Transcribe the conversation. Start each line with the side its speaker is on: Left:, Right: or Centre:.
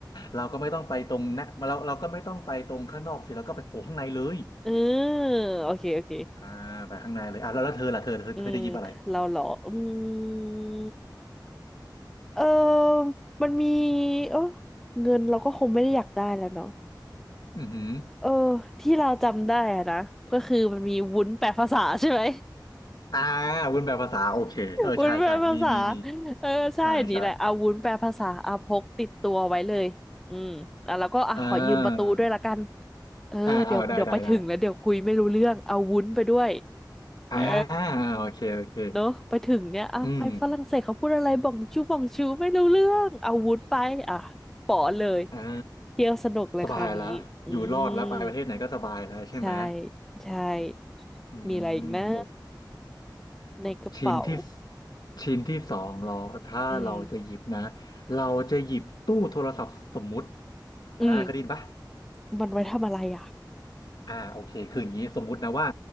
Left: เราก็ไม่ต้องไปตรงนะเราเราก็ไม่ต้องไปตรงข้างนอกสิเราก็ไปโผล่ข้างในเลย
Centre: เออโอเคโอเค
Left: อ่าไปข้างในเลยอ่ะแล้วแล้วเธอล่ะเธอเธอเธอจะหยิบอะไร
Centre: อืมเราเหรออืมเออมันมีเออเงินเราก็คงไม่ได้อยากได้แล้วเนาะ
Left: อือหือ
Centre: เออที่เราจำได้อะนะก็คือมันมีวุ้นแปลภาษาใช่ไหม
Left: อ่าวนแปลภาษาโอเคเออใช่ใช่มีมีมี
Centre: วุ้นแปลภาษา เออใช่นี่แหละเอาวุ้นแปลภาษาเอาพกติดตัวไว้เลยอืมอ่ะแล้วก็อ่ะขอยืมประตูด้วยละกัน
Left: ใช่ใช่อ่า
Centre: เออเดี๋ยวเดี๋ยวไปถึงแล้วเดี๋ยวคุยไม่รู้เรื่องเอาวุ้นไปด้วย
Left: อ่าเอาได้ได้ได้อ่า
Centre: เออ
Left: โอเคโอเค
Centre: เนอะไปถึงเนี่ยอ่ะไปฝรั่งเศสเขาพูดอะไรบ่องชูบ่องชูไม่รู้เรื่อง
Left: อืม
Centre: เอาวุ้นไปอ่ะป๋อเลย
Left: อ่า
Centre: เที่ยวสนุกเลยคราวนี้อืม
Left: สบายละอยู่รอดแล้วไปประเทศไหนก็สบายแล้วใช่ไหม
Centre: ใช่ใช่
Left: อืมโอ้
Centre: มีอะไรอีกนะ ในกระเป๋า
Left: ชิ้นที่ชิ้นที่สองเราถ้าเราจะหยิบนะ
Centre: อืม
Left: เราจะหยิบตู้โทรศัพท์สมมุติอ่าเคยได้ยินปะ
Centre: อืมมันไว้ทำอะไรอ่ะ
Left: อ่าโอเคคืออย่างนี้สมมุตินะว่า